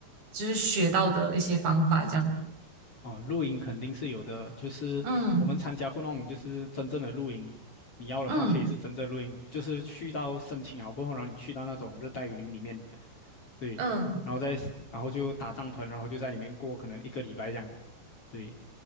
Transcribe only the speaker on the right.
就是学到的一些方法，这样。
嗯
嗯
嗯，